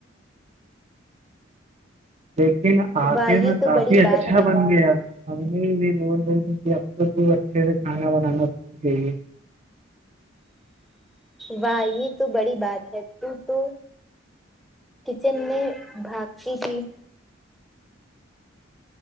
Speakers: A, on the right; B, in the centre.
A: لیکن اکھڑ
B: واہ یہ
A: میں
B: تو
A: کافی
B: بڑی
A: اچھا
B: بات ہے
A: بن گیا ہم نے بھی بول رہی تھی کہ اب تو تو اچھے سے کھانا بنانا سیکھ گئی ہے
B: واہ یہ تو بڑی بات ہے تو تو کچن میں بھاکسی تھی